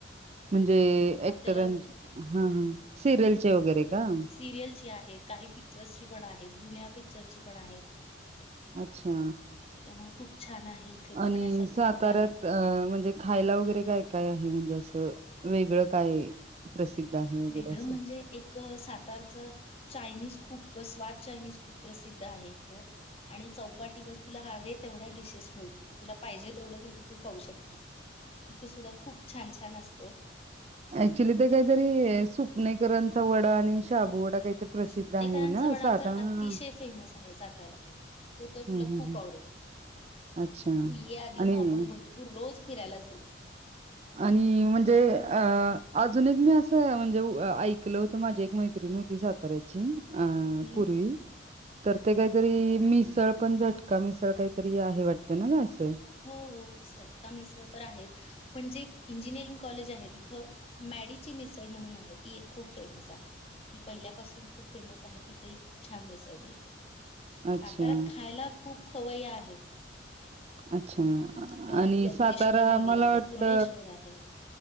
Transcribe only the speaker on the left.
आपल्याला
सिरियल ची आहेत काही पिक्चर्सची पण आहेत जुन्या पिक्चरची पण आहेत
त्यामु खूप छान आहे इथे
बघण्यासारखं
खूप आहे.
वेगळं
म्हणजे एक सातारचं चायनीज खूप स्वाद चायनीज खूप प्रसिद्ध आहे इथं आणि चौपाटीवर तुला हवे तेवढ्या डिशेस मिळतील तुला पाहिजे तेवढं तिथे तू खाऊ शक तिथं सुद्धा खूप छान छान असत
सुपनेकरांचा
वडा
तर अतिशय फेमस आहे साताऱ्यातला तो तर
तुला
खूप
आवडेल
तू ये आधी
मग आपण भरपूर रोज फिरायला जाऊ
हम्म.
हो सटका मिसळ तर आहेच पण जे इंजिनिअरिंग कॉलेज आहे तिथं मॅडीची मिसळ म्हणून आहे ती एक खूप फेमस आहे ती पहिल्यापासून खूप फेमस आहे तिथही खूप छान मिसळ मिळते
साताऱ्यात खायला खूप खवय्या आहेत
परत
यवतेश्वर
मंदिर
आहे
कुरणेश्वर आहे